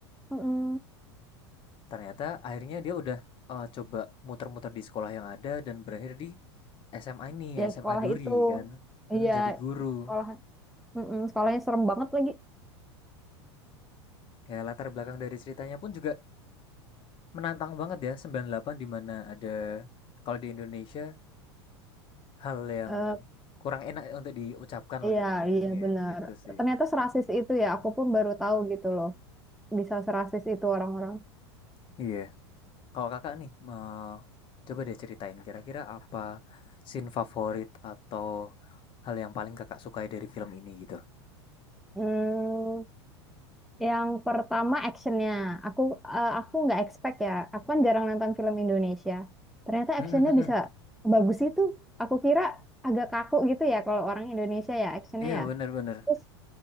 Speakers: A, in the centre; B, on the left.
A: Mm-mm.
B: Ternyata akhirnya dia udah, eee, coba muter-muter di sekolah yang ada dan berakhir di SMA ini,
A: Ya
B: SMA
A: sekolah
B: Duri
A: itu.
B: kan, mhm,
A: Iya
B: jadi guru,
A: sekolah. Mm-mm, Sekolahnya serem banget lagi.
B: <laughs> Ya latar belakang dari ceritanya pun juga menantang banget ya sembilan puluh delapan di mana ada kalau di Indonesia hal yang
A: Eh,
B: kurang enak untuk diucapkan
A: Iya,
B: lah intinya,
A: iya
B: iya
A: benar.
B: itu sih,
A: Ternyata serasis itu ya, aku pun baru tahu gitu loh. Bisa serasis itu orang-orang.
B: <laughs> iya. Kalau Kakak nih, eee, coba deh ceritain kira-kira apa scene favorit atau hal yang paling Kakak sukai dari film ini gitu?
A: Hmm, yang pertama actionnya. Aku eh, aku nggak expect ya. Aku kan jarang nonton film Indonesia. Ternyata
B: Mm,
A: actionnya
B: mm, mm.
A: bisa bagus itu. Aku kira agak kaku gitu ya kalau orang Indonesia ya actionnya
B: Iya
A: ya.
B: bener-bener
A: Terus